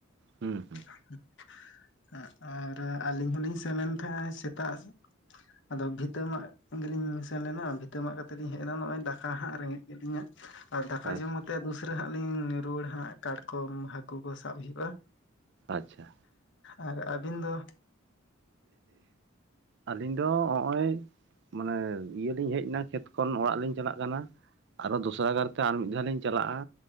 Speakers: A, on the right; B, on the left.
A: ᱦᱩᱸ ᱦᱩᱸ
B: <inaudible> ᱟᱨ ᱟᱹᱞᱤᱧ ᱦᱚᱸᱞᱤᱧ ᱥᱮᱱ ᱞᱮᱱ ᱛᱟᱦᱮᱸᱜ ᱥᱮᱛᱟᱜ᱾ ᱟᱫᱚ ᱵᱷᱤᱛᱟᱹ ᱢᱟᱜ ᱜᱮᱞᱤᱧ ᱥᱮᱱ ᱞᱮᱱᱟ᱾ ᱵᱷᱤᱛᱟᱹ ᱢᱟᱜ ᱠᱟᱛᱮᱫ ᱞᱤᱧ ᱦᱮᱡᱱᱟ ᱱᱚᱜ-ᱚᱭ ᱫᱟᱠᱟ ᱦᱟᱸᱜ ᱨᱮᱸᱜᱮᱡ ᱠᱮᱫ ᱞᱤᱧᱟ᱾ ᱟᱨ ᱫᱟᱠᱟ
A: ᱟᱪᱪᱷᱟ
B: ᱡᱚᱢ ᱠᱟᱛᱮᱫ ᱫᱩᱥᱨᱟᱹ ᱦᱟᱸᱜ ᱞᱤᱧ ᱨᱩᱣᱟᱹᱲ ᱦᱟᱸᱜ, ᱠᱟᱴᱠᱚᱢ ᱦᱟᱹᱠᱩ ᱠᱚ ᱥᱟᱵ ᱦᱩᱭᱩᱜ-ᱟ᱾
A: ᱟᱪᱪᱷᱟ᱾
B: ᱟᱨ ᱟᱹᱵᱤᱱ ᱫᱚ?
A: ᱟᱹᱞᱤᱧ ᱫᱚ ᱦᱚᱸᱜ-ᱚᱭ ᱢᱟᱱᱮ ᱤᱭᱟᱹᱞᱤᱧ ᱦᱮᱡᱱᱟ ᱠᱷᱮᱛ ᱠᱷᱚᱱ ᱚᱲᱟᱜ ᱞᱤᱧ ᱪᱟᱞᱟᱜ ᱠᱟᱱᱟ᱾ ᱟᱨᱚ ᱫᱚᱥᱨᱟ ᱜᱟᱨᱛᱮ ᱟᱨ ᱢᱤᱫ ᱫᱷᱟᱣ ᱞᱤᱧ ᱪᱟᱞᱟᱜ-ᱟ,